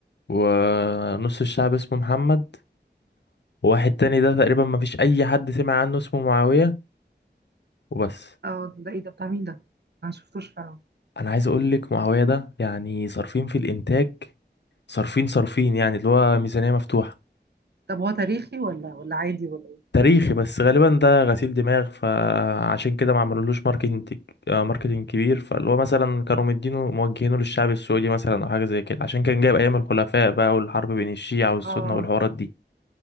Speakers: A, on the left (about 70°); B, on the right (about 65°).
A: ونص الشعب اسمه محمد وواحد تاني ده تقريبا مفيش أي حد سمع عنه اسمه معاوية وبس
B: اه ده ايه ده بتاع مين ده انا مشفتوش فعلا
A: أنا عايز أقولك معاوية ده يعني صارفين في الإنتاج صارفين صارفين يعني اللي هو ميزانية مفتوحة
B: طب هو تاريخي ولا ولا عادي ولا ايه
A: تاريخي بس غالبا ده غسيل دماغ فعشان كده ما عملولوش ماركتنج آه، ماركتنج كبير فاللي هو مثلا كانوا مدينه موجهينه للشعب السعودي مثلا او حاجه زي كده عشان كان جايب ايام الخلفاء بقى والحرب بين الشيعة والسنة
B: اه
A: والحوارات دي